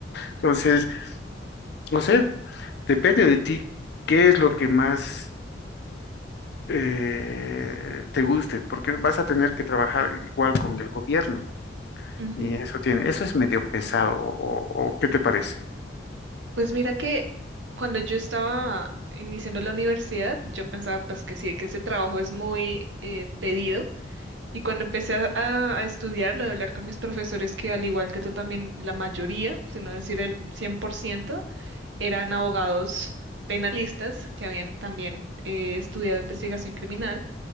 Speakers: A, on the left; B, on the right.
A: Entonces, no sé, depende de ti qué es lo que más eh, te guste, porque vas a tener que trabajar igual con el gobierno
B: Ujú,
A: y
B: ujú.
A: eso tiene, eso es medio pesado, o, o- o ¿qué te parece?
B: Pues mira que cuando yo estaba iniciando la universidad, yo pensaba pues que sí, que ese trabajo es muy eh, pedido. Y cuando empecé a, a- a estudiar, lo de hablar con mis profesores, que al igual que tú también, la mayoría, si no decir el 100% eran abogados penalistas que habían también eh, estudiado investigación criminal